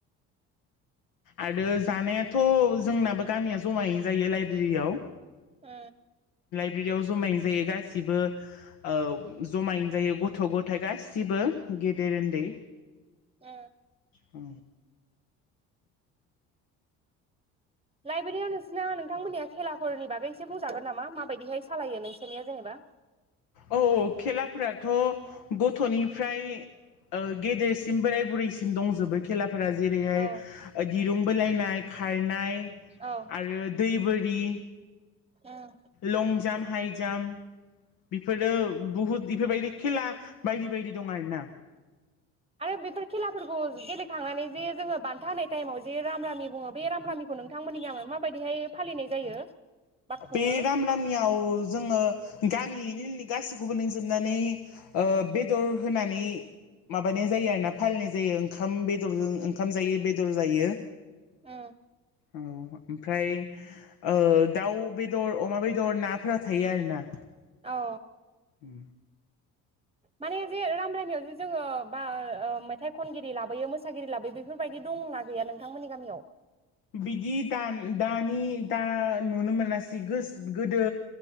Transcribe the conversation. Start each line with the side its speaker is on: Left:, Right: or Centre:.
Left: आरो जानायाथ' जोंनाबो गामिया जमायैनो जायो लाइब्रेरियाव।
Right: ओ
Left: <unintelligible> जमायै जायो गासिबो ओ जमायैनो जायो गथ' गथाय गासिबो। गेदेर उन्दै
Right: ओ
Left: उ
Right: लाइब्रेरियाव नोंसिोरना नोंथांमोननिया खेलाफोरनि बागै एसे बुंजागोन नामा माबायदिहाय सालायो नोंसोरनिया जेनेबा। <inaudible>
Left: औ औ खेलाफोराथ' गथ'निफ्राय ओ गेदेरसि सिम बोराय बुरैसिम दंजोबो खेलाफोरा जेरैहाय
Right: औ
Left: दिरुं बोलायनाय खारनाय
Right: औ
Left: आरो दै बोरि
Right: ओ
Left: लंजाम हाइ जाम्प। बेफोरो बहुद बेफोरबायदि खेला बायदि बायदि दं आरोना।
Right: आरो बेफोर खेलाफोरखौ गेलेखांनानै जे जोङो बान्था होनाय टाइमाव जे राम रामि बुङो बे राम रामिखौ नोंथांमोननिामाय माबायदिहाय फालिनाय जायो। बा खुङो
Left: बे राम रामियाव जोङो गामिनि गासैखौबो लिंजोब नानै ओ बेदर होनानै माबानाय जायो आरोना फालिनाय जायो ओंखाम बेदरजों ओंखाम जायो बेदर जायो।
Right: ओ
Left: औ ओमफ्राय ओ दाउ बेदर अमा। अमा बेदर नाफोरा थायो आरो ना।
Right: औ
Left: उ
Right: माने जे राम रामियाव जे जोङो बा ओ मेथाइ खनगिरि लाबोयो मोसागिरि लाबोयो बेफोरबायदि दं दंना गैया नोंथांमोननि गामियाव?
Left: बिदि दान दानि दा नुनो मोनासै गोसो गोदो